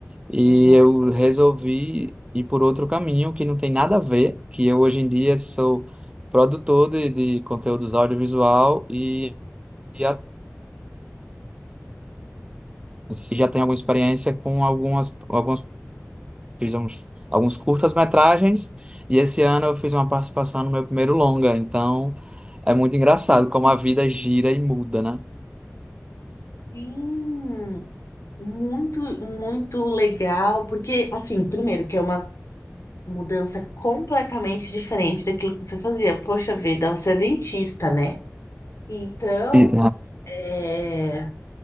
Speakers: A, on the right; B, on the left.
A: E
B: Aham.
A: eu resolvi ir por outro caminho que não tem nada a ver, que eu hoje em dia sou produtor de, de conteúdos audiovisual e, e atuo. E Já tenho alguma experiência com algumas, algumas Fiz uns, alguns curtas-metragens e esse ano eu fiz uma participação no meu primeiro longa. Então é muito engraçado como a vida gira e muda, né?
B: Sim. Muito, muito legal, porque, assim, primeiro, que é uma mudança completamente diferente daquilo que você fazia. Poxa vida, você é dentista, né? Então,
A: E,
B: é,